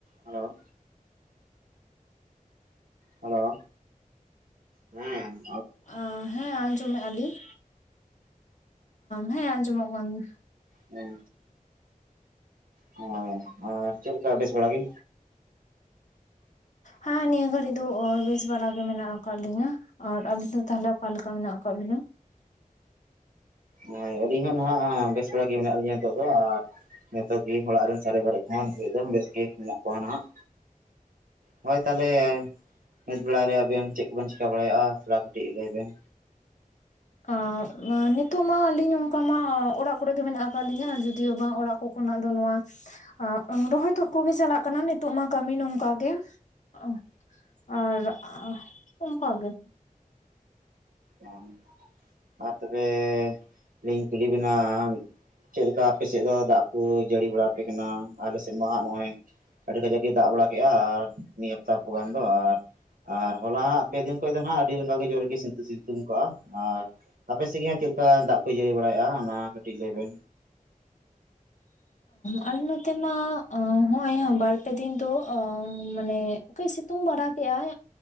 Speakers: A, on the right; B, on the left.
A: ᱚ ᱦᱮᱞᱳ ᱦᱩᱸ
B: ᱟ ᱦᱮᱸ ᱟᱸᱡᱚᱢᱮᱫ-ᱟ ᱞᱤᱧ ᱦᱮᱸ ᱟᱸᱡᱚᱢᱚᱜ ᱠᱟᱱ ᱜᱮᱭᱟ᱾
A: ᱦᱮᱸ ᱦᱮ ᱦᱮ ᱟᱨ ᱪᱮᱫ ᱞᱮᱠᱟ ᱵᱮᱥ ᱵᱟᱲᱟ ᱜᱮ?
B: ᱦᱟ ᱱᱤᱭᱟᱹ ᱜᱷᱟᱹᱲᱤᱡ ᱫᱚ ᱵᱮᱥ ᱵᱟᱲᱟ ᱜᱮ ᱢᱮᱱᱟᱜ ᱟᱠᱟᱫ ᱞᱤᱝᱟᱹ᱾ ᱟᱨ ᱟᱵᱤᱱ ᱫᱚ ᱛᱟᱦᱚᱞᱮ ᱚᱠᱟᱞᱮ ᱞᱮᱠᱟ ᱢᱮᱱᱟᱜ ᱟᱠᱟᱫ ᱵᱤᱱᱟ?
A: ᱦᱳᱭ, ᱟᱹᱞᱤᱧ ᱦᱚᱸ ᱱᱟᱦᱟᱜ ᱵᱮᱥ ᱵᱮᱲᱟ ᱜᱮ ᱢᱮᱱᱟᱜ ᱞᱤᱧᱟᱹ᱾ ᱱᱤᱛᱚᱜ ᱫᱚ, ᱟᱨ ᱱᱤᱛᱚᱜ ᱜᱮ ᱚᱲᱟᱜ ᱨᱮᱱ ᱥᱟᱨᱮ ᱵᱟᱨᱮ ᱠᱚᱦᱚᱸ ᱫᱚ ᱵᱮᱥ ᱜᱮ ᱢᱮᱱᱟᱜ ᱠᱚᱣᱟ ᱱᱟᱦᱟᱜ᱾ ᱦᱳᱭ ᱛᱟᱦᱚᱞᱮ᱾ <unintelligible> ᱪᱮᱫ ᱠᱚᱵᱮᱱ ᱪᱤᱠᱟᱹᱵᱟᱲᱭᱟᱜᱼᱟ ᱛᱷᱚᱲᱟ ᱠᱟᱹᱴᱤᱡ ᱞᱟᱹᱭ ᱵᱮᱱ?
B: <unintelligible> ᱱᱤᱛᱚᱜ ᱢᱟ ᱟᱹᱞᱤᱧ ᱚᱱᱠᱟ ᱢᱟ ᱚᱲᱟᱜ ᱠᱚᱨᱮ ᱜᱮ ᱢᱮᱱᱟᱜ ᱟᱠᱟᱫ ᱞᱤᱧᱟᱹ ᱡᱩᱫᱤᱭᱳ ᱵᱟᱝ ᱚᱲᱟᱜ ᱟᱠᱚ ᱠᱷᱚᱱᱟᱜ ᱫᱚ ᱱᱚᱣᱟ ᱮ ᱨᱚᱦᱚᱭ ᱛᱩᱫ ᱠᱚᱜᱮ ᱪᱟᱞᱟᱜ ᱠᱟᱱᱟ ᱱᱤᱛᱚᱜ ᱢᱟ ᱠᱟᱹᱢᱤ ᱱᱚᱝᱠᱟ ᱜᱮ᱾ ᱚ ᱟᱨ <unintelligible> ᱚᱱᱠᱟ ᱜᱮ᱾
A: <unintelligible> ᱟᱨ ᱛᱚᱵᱮ ᱞᱤᱧ ᱠᱩᱞᱤ ᱵᱮᱱᱟ, ᱪᱮᱫᱞᱠᱟ ᱟᱯᱮᱥᱮᱫ ᱫᱚ ᱫᱟᱜ ᱠᱚ ᱡᱟᱹᱲᱤ ᱵᱟᱲᱟᱯᱮ ᱠᱟᱱᱟ, ᱟᱞᱮᱥᱮᱫ ᱢᱟᱜ ᱱᱚᱜᱼᱚᱭ᱾ ᱟᱹᱰᱤ ᱠᱟᱡᱟᱠ ᱫᱟᱜ ᱵᱟᱲᱟ ᱠᱮᱫᱼᱟ, ᱟᱨ ᱱᱤᱭᱟᱹ <unintelligible> ᱫᱚ ᱟᱨ ᱟᱨ ᱦᱚᱞᱟ ᱦᱟᱸᱜ ᱯᱮ ᱫᱤᱱ ᱠᱷᱚᱡ ᱫᱚ ᱦᱟᱸᱜ ᱟᱹᱰᱤ ᱨᱟᱸᱜᱟᱣ ᱜᱮ ᱡᱳᱨ ᱜᱮ ᱥᱤᱛᱩ <unintelligible> ᱛᱩᱝ ᱠᱚᱜᱼᱟ ᱟᱨ ᱟᱯᱮ ᱥᱮᱫ ᱜᱮ ᱦᱟᱸᱜ ᱪᱮᱞ ᱠᱟ ᱫᱟᱜ ᱠᱚ ᱡᱟᱹᱲᱤ ᱵᱟᱲᱟᱭᱮᱫᱼᱟ ᱚᱱᱟ ᱠᱟᱹᱴᱤᱡ ᱞᱟᱹᱭ ᱵᱮᱱ?
B: ᱟᱞᱮ ᱱᱚᱛᱮ ᱢᱟ ᱦᱚᱸᱜᱼᱚᱭ ᱵᱟᱨ ᱯᱮ ᱫᱤᱱ ᱫᱚ ᱢᱟᱱᱮ, ᱠᱟᱹᱭ ᱥᱤᱛᱩᱝ ᱵᱟᱲᱟ ᱠᱮᱜ-ᱟᱭ